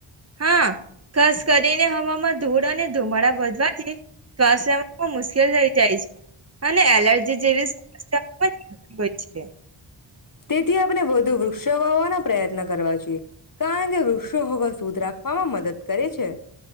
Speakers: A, on the right; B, on the left.
A: હા ખાસ કરીને હવામાં ધૂળ અને ધુમાડા વધવાથી શ્વાસ લેવામાં મુશ્કેલ થઈ જાય છે અને એલર્જી જેવી સમસ્યા પણ હોય છે. <inaudible>
B: તેથી આપણે વધુ વૃક્ષો વાવાના પ્રયત્ન કરવા જોએ. કા કેે રઋષો હવા દૂધ રાખવામાં મદદ કરે છે.